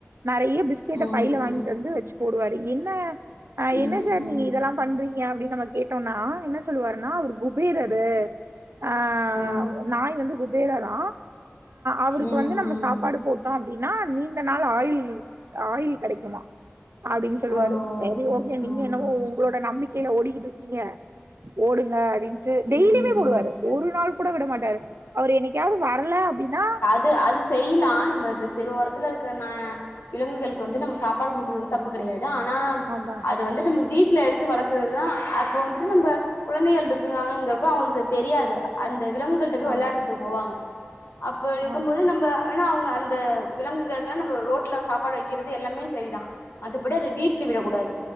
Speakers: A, on the right; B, on the left.
A: நறைய பிஸ்கெட்ட
B: ம்
A: பையில வாங்கிட்டு
B: ம்.
A: வந்து வச்சு போடுவாரு என்ன ஆ
B: ம்
A: என்ன சார்
B: ம்.
A: நீங்க இதெல்லா பண்றீங்க அப்டின்னு நம்ம கேட்டோம்னா என்ன சொல்லுவாருன்னா அவர் குபேரர் து ஆ
B: ஆ.
A: நாய் வந்து குப் வேறலா அவருக்கு
B: ம்
A: வந்து நம்ம
B: ம்.
A: சாப்பாடு போட் தோ அப்டின்னா நீண்ட நாள் ஆயில் ஆயில் கடைக்குமா அப்டின்னு சொல்லுவாரு
B: ஓ!
A: சரி
B: அப்படியா.
A: ஓகே நீங்க
B: ஆ
A: என்னவோ
B: ஆ.
A: உங்களோட நம்பிக்கையில ஓடிக்கிட்டு இருக்கீங்க ஓடுங்க அப்டின் டு டெய்லியுமே
B: ம்.
A: போடுவாரு ஒரு நாள் கூட விட மாட்டாரு அவர் என்னைக்கயாவது வரல அப்டின்னா
B: து அது செய்யலா நம்ம தெருஓரத்தில இருக்கிற நா விலங்குகளுக்கு வந்து நம்ம கொடுக்குறது வந்து தப்பு கிடையாது ஆனா
A: ஆமா
B: அத வந்து நம்ம வீட்ல எடுத்து த்து வளக்கறது தா அப்ப வந்துட்டு நம்ம குழந்தைகள் இருக்கு இது ஆ இருக்கிறப்போ அவங்களுக்கு தெரியாது அந்த விலங்குகள் போய்
A: ஆமா
B: விளையாடுறதுக்கு போவாங்க அப்ப இருக்கும்போது
A: ஆமா
B: நம்ப ஆனா அவங்க அந்த விலங்குகளுக்லா ரோட்ல சாப்பாடு வைக்கிறது எல்லாமே சரிதா மத்தபடி அத வீட்ல விடக் கூடாது